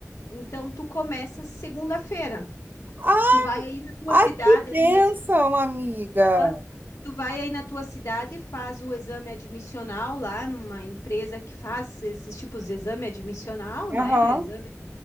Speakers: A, on the left; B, on the right.
A: então tu começa segunda-feira.
B: Ah,
A: Tu vai aí na tua
B: Ai,
A: cidade
B: que bênção,
A: aí mesmo.
B: amiga!
A: Aham. Tu vai aí na tua cidade, faz o exame admissional lá numa empresa que faz esses tipos de exame admissional, né?
B: Aham.
A: Exame,